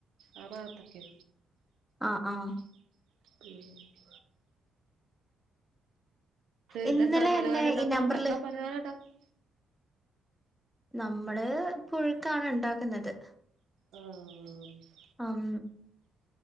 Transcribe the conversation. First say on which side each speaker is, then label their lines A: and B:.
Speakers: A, on the right; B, in the centre.
A: - ആറാവത്തക്കെ-
B: ആഹ് ആഹ്
A: <inaudible> ഇതക്ക
B: ഇന്നലെ
A: പലഹാര
B: എന്നെ
A: ഇണ്ടാക്കുന്നചക്കാ
B: ഈ നമ്പറില്
A: പലഹാര ഇണ്ടാക്കുന്ന
B: നമ്മള് പുഴുക്കാണ് ഇണ്ടാക്കുന്നത്-
A: ആഹ്
B: ഉം